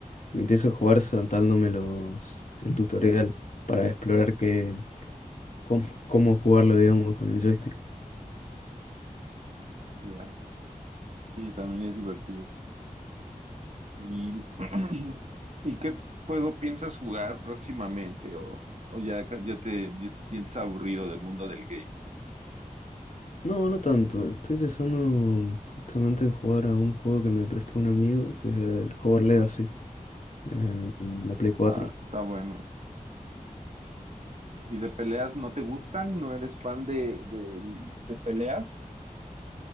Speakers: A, on the left; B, on the right.
A: me empiezo a jugar saltándome los, el tutorial para explorar qué, cómo, cómo jugarlo, digamos, con el joystick.
B: Ya, Sí, también es divertido. ¿Y, <clears throat> ¿y qué juego piensas jugar próximamente? ¿O, o ya, ca- ya te ya te sientes aburrido del mundo del game?
A: No, no tanto. Estoy pensando justamente en jugar a un juego que me prestó un amigo, que es el Hogwarts Legacy, en la Play 4.
B: Ah, está bueno eso. ¿Y de peleas no te gustan? ¿No eres fan de, de, de peleas?